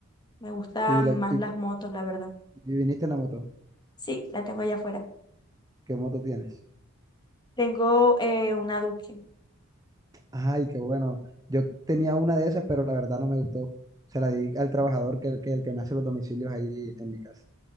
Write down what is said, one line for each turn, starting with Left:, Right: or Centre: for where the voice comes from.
Left: Me gustan
Right: Y, la-
Left: más
Right: y,
Left: las motos, la verdad.
Right: y viniste en la moto.
Left: Sí, la tengo allá afuera.
Right: ¿Qué moto tienes?
Left: Tengo eh, una Duque.
Right: Ay, qué bueno. Yo tenía una de esas, pero la verdad no me gustó. Se la di al trabajador que, que el que me hace los domicilios ahí en mi casa.